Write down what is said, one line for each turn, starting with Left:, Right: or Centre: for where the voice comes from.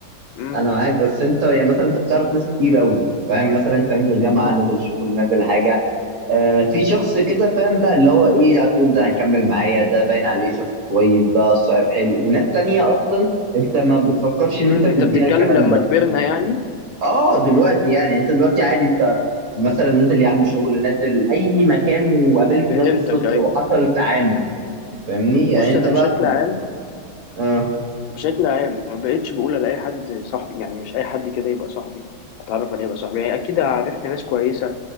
Left: مم.
Right: انا معاك بس انت يعني مثلا انت بتعرف ناس كتير قوي فاهم مثلا انت نازل جامعه
Left: مم.
Right: نازل شغل نازل حاجه آه في شخص كده فاهم لا اللي هو ايه لا تقول ده هيكمل معايا ده باين عليه شخص كويس ده صاحب حلو وناس تانية اصلا انت ما بتفكرش ان
Left: مم.
Right: انت تديها
Left: انت بتتكلم
Right: الكلام
Left: لما
Right: ده
Left: كبرنا يعني
Right: اه دلوقتي يعني انت دلوقتي عادي انت مثلا نازل يا عم شغل نازل اي مكان وقابلت
Left: فهمتك
Right: ناس بالصدفة
Left: ايوه
Right: وحصل تعامل فاهمني
Left: بص
Right: يعني انت
Left: انا
Right: بقى
Left: بشكل عام
Right: اه
Left: بشكل عام ما بقتش بقول على اي حد صاحبي يعني مش اي حد كده يبقى صاحبي اتعرف عليه يبقى صاحبي يعني اكيد عرفت ناس كويسه